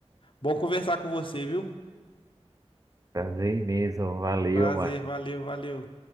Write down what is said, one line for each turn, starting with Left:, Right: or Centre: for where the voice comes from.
Left: Bom conversar com você, viu?
Right: Prazer imenso. Valeu,
Left: Prazer,
Right: macho.
Left: valeu, valeu.